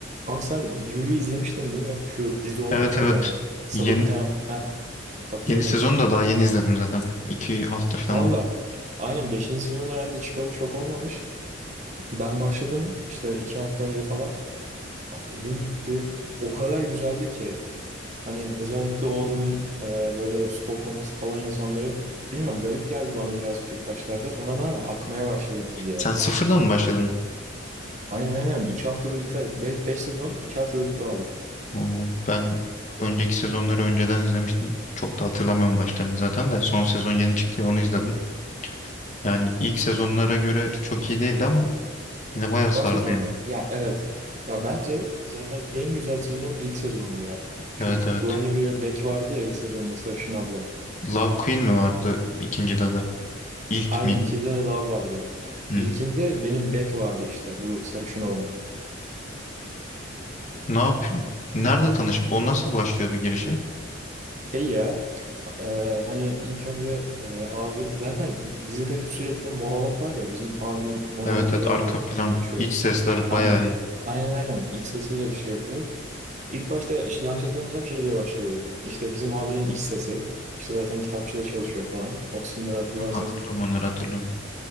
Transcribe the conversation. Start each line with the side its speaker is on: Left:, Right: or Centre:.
Right: Kanka sen Yu'yu izlemiştin değil mi? Şu dizi olan
Left: Evet
Right: var
Left: evet.
Right: ya hani sapık
Left: Yeni,
Right: bir tane. Heh, hatırladın.
Left: yeni sezonu da daha yeni izledim zaten. İki hafta falan
Right: Valla
Left: oldu.
Right: aynen beşinci sezon herhalde çıkalı çok olmamış. Ben başladım işte 2 hafta önce falan. A- Dün bitti. O kadar güzeldi ki. Hani özellikle o adamın e, böyle stalklaması falan insanları bilmiyorum garip geldi bana birazcık ilk başlarda. Sonradan ama akmaya başladı dizi
Left: Sen sıfırdan mı başladın?
Right: Aynen aynen 2 haftada bitti. 5 sezon 2 haftada bitti
Left: Oo, ben önceki sezonları önceden izlemiştim. Çok da hatırlamıyorum başlarını zaten de. Son sezon yeni çıktı ya, onu izledim. Yani ilk sezonlara göre çok iyi değildi ama yine bayağı sardıydı.
Right: Son sezon mu? Ya evet. Ya bence zaten en güzel sezon ilk sezondu ya. Şu
Left: Evet evet.
Right: Guinevere Beck vardı ya ilk sezonda sarışın abla.
Left: Love Queen mi vardı ikinci adı? İlk
Right: Aynen
Left: miydi?
Right: ikide de Love vardı.
Left: Hmm.
Right: İlkinde benim Beck vardı işte bu sarışın olan.
Left: Ne yap? Nerede tanışıp o nasıl başlıyordu girişi?
Right: Şey ya e, hani ilk önce e, abi zaten dizide sürekli monolog var ya bizim abinin monologlarıyla
Left: Evet evet arka plan
Right: geçiyor.
Left: iç sesler
Right: Aynen.
Left: bayağı iyi.
Right: Aynen aynen iç sesiyle şey yapıyor. İlk başta işte yanlış hatırlamıyorsam şey diye başlıyordu. İşte bizim abinin iş sesi. İşte zaten kitapçıda çalışıyor falan. O kısımları hatırlarsın.
Left: Ha, hatırlıyorum onları hatırlıyorum.